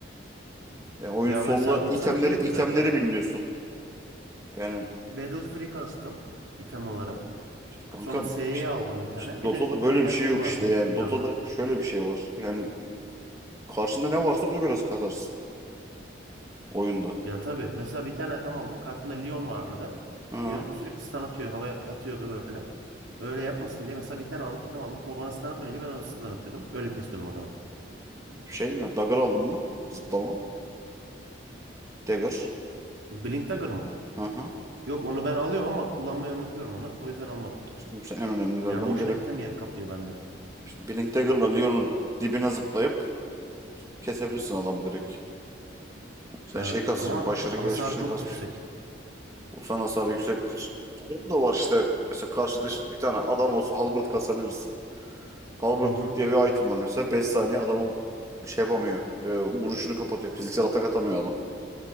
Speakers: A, on the right; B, on the right.
A: Ya oyun
B: Ya
A: sonunda
B: mesela Ursa'nın
A: itemleri
B: şeyi
A: itemleri
B: güzel.
A: bilmiyorsun. Yani
B: Battle Free kastım item olarak.
A: işte kankam
B: Sonra S'ye
A: işte,
B: aldım bir tane.
A: işte
B: Bir
A: Dota'da
B: de bir tane
A: böyle
B: daha
A: bir şey
B: şey
A: yok
B: vardı.
A: işte
B: Mithril
A: yani. Dota'da
B: alınan.
A: şöyle bir şey var. Yani karşında ne varsa ona göre kazarsın oyunda.
B: Ya tabii mesela bir tane tam aldım. Karşımda Leon vardı.
A: Ha,
B: Leon sürekli stun atıyor. Havaya atıyordu böyle. Öyle yapmasın diye mesela bir tane alıp bir tane aldım. O bana stun atmayınca ben onu stun atıyordum. Öyle kesiyordum adamı.
A: şey mi? Dagger aldın mı? Zıplama. Dagger.
B: Blink Dagger mı?
A: Hı hı.
B: Yok onu ben alıyorum ama kullanmayı unutuyorum onu. O yüzden almadım.
A: Şimdi sen en önemlilerden
B: Yani boşuna
A: biri.
B: item yeri kaplıyor bende.
A: İşte Blink Dagger'la Leon'un dibine zıplayıp kesebilirsin adamı direkt. Sen
B: Evet
A: şey kasmışsın,
B: ama
A: Başar'ın
B: hasarı
A: gelişmişini
B: çok
A: kasmış.
B: yüksek.
A: Sen hasar yüksektir. Bu da var işte. Mesela karşıda bir tane adam olsa halberd kasabilirsin. Halberd
B: Hı hı.
A: diye bir item var mesela. beş saniye adamı şey yapamıyor. E, vuruşunu kapatıyor. Fiziksel atak atamıyor adam.